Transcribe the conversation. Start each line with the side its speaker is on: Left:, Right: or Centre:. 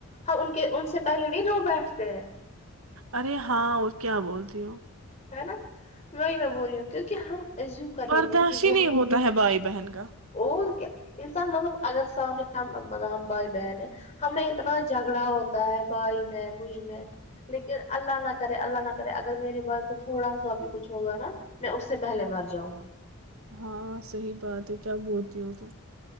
Left: ہم ان کو کہ ان سے پہلے نہیں رو بیٹھتے ہیں
Right: ارے ہاں اور کیا بولتی ہو
Left: ہے نا وہی میں بول رہی ہوں کیونکہ ہم ای کر لیتے
Right: برداشت
Left: ہیں کہ
Right: ہی
Left: وہ
Right: نہیں ہوتا ہے بھائی بہن کا
Left: اور کیا انسان مطلب اگر سامنے ہم بھائی بہن ہیں ہمیں اتنا جھگڑا ہوتا ہے بھائی میں مجھ میں لیکن اللہ نہ کرے اللہ نہ کرے اگر میرے بھائی تو تھوڑا سا بھی کچھ ہوگا نا میں اس سے پہلے مر جاؤں گی
Right: ہاں صحیح بات ہے کیا بولتی ہووں تو